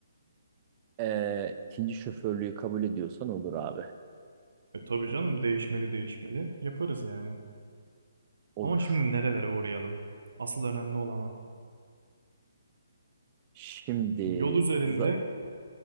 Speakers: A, on the right; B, on the right.
A: Ee, ikinci şoförlüğü kabul ediyorsan olur abi.
B: E tabii canım değişmeli değişmeli yaparız yani.
A: Olur.
B: Ama şimdi nerelere uğrayalım? Asıl önemli olan o.
A: Şimdi
B: Yol üzerinde
A: za-